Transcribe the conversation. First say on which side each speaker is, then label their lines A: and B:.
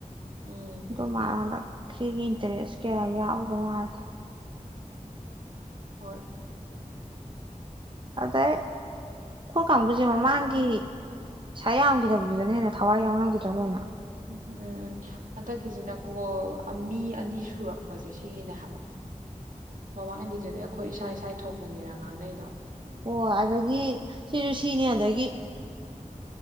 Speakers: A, on the right; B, on the right.
A: ꯎꯝ
B: ꯗꯨ ꯃꯥꯉꫭꯟꯗ ꯁꯤꯒꯤ ꯏꯟꯇꯔꯦꯁ ꯀꯌꯥ ꯌꯥꯎꯕ ꯃꯥꯜꯂꯦ
A: ꯍꯣꯏ
B: ꯑꯗꯩ ꯈꯣꯏ ꯀꯥꯡꯕꯨꯁꯦ ꯃꯃꯥꯡꯒꯤ ꯄꯩꯁꯥ ꯌꯥꯝꯒꯤꯗꯕꯗꯨꯗꯅ ꯍꯦꯟꯅ ꯊꯋꯥꯏ ꯌꯥꯎꯅꯈꯤꯗ꯭ꯔꯥ ꯂꯣꯏꯅ
A: ꯎꯍ ꯎꯝ ꯎꯝ ꯍꯟꯗꯛꯀꯤꯁꯤꯅ ꯀꯣꯜ ꯑ ꯃꯤ ꯑꯅꯤ ꯁꯨꯔꯛꯄꯁꯦ ꯁꯤꯁꯤꯅꯦ ꯍꯥꯏꯕ ꯃꯃꯥꯡꯒꯤꯗꯨꯗꯤ ꯑꯩꯈꯣꯏ ꯏꯁꯥ ꯏꯁꯥꯏ ꯊꯣꯛꯄꯅꯤꯅ ꯉꯥꯡꯅꯩꯗꯣ
B: ꯍꫭꯏ ꯑꯗꯗꯒꯤ ꯁꯤꯁꯨ ꯁꯤꯅꯦ ꯑꯗꯒꯤ